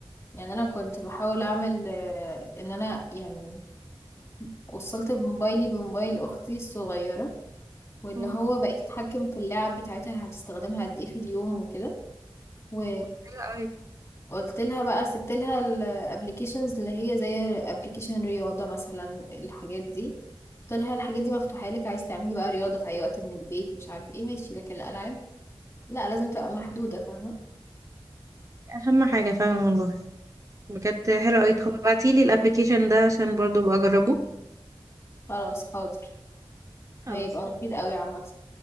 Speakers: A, on the left; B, on the right.
A: يعني انا كنت بحاول اعمل آه، ان انا يعني وصلت بموبايلي بموبايل اختي الصغيرة واللي
B: مم.
A: هو بقيت اتحكم في اللعب بتاعتها هتستخدمها قد ايه في اليوم وكده و...
B: طب حلو قوي
A: قلت لها بقى سبت لها الابلكيشنز اللي هي زي ابلكيشن رياضة مثلا الحاجات دي قلت لها الحاجات
B: مم.
A: دي مفتوحة لك عايز تعملي بقى رياضة في اي وقت من البيت مش عارف ايه ماشي لكن الالعاب لا لازم تبقى محدودة فاهمة
B: أهم حاجة فعلا والله بجد
A: بالظبط
B: حلو قوي طب ابعتيلي الابلكيشن ده عشان برضو أبقى أجربه
A: خلاص حاضر
B: خلاص
A: هيبقى مفيد قوي عامة